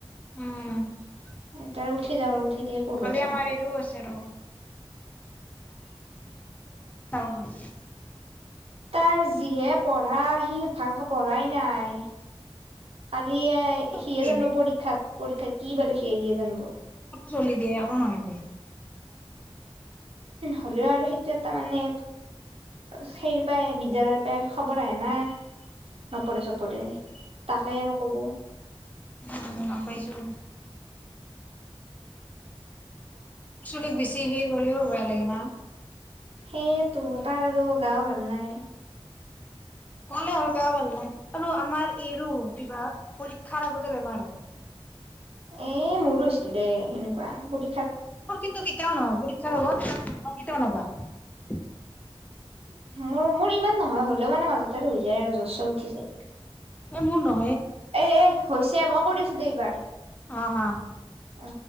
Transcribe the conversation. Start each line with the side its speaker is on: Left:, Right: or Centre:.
Left: উম
Right: এ তাৰে উঠি উঠি দে পঢ়বা
Left: কালি
Right: দে
Left: আমাৰ ঈদো আছে ৰ, <unintelligible>
Right: তাৰ যিহে পঢ়া, সি ভালকে পঢ়াই নাই। কালিয়ে
Left: সৰু চলি
Right: সিহে
Left: দিয়ে
Right: জানব পৰীক্ষাত পৰীক্ষা কি বা লিখে <unintelligible>
Left: চলি দিয়ে একো নহয় দে।
Right: হ'লেও আৰু সেইটো এটা মানে সেই পাই বিদ্যালয়ৰ পৰাই খবৰ আহে না নপৰে চপৰে তাকে আৰু ক'ব।
Left: উম গম পাইছো। চলীক বেছি সে কৰিও বেয়া লাগে না।
Right: সেয়েতো তাৰ আৰু গাৱো ভাল নাই।
Left: লে আৰু গেয়া ভাল নাই আৰু এৰো কিবা পৰীক্ষাৰ আগতে বেমাৰ হয়।
Right: এ মোৰো হৈছিল দে এনেকুৱা প
Left: মোৰ কিন্তু কেতিয়াও নহয় পৰীক্ষাৰ আগত। <unintelligible>
Right: মোৰ মোৰ ইমান নহয়। হ'লেও মানে মাজতে হৈ যায় আৰু জ্ব্বৰ চৰ উঠি যায়।
Left: এই মোৰ ন
Right: এ এ হৈছে মোক কৰিছো দে এইবাৰ।
Left: আহ হা।
Right: অ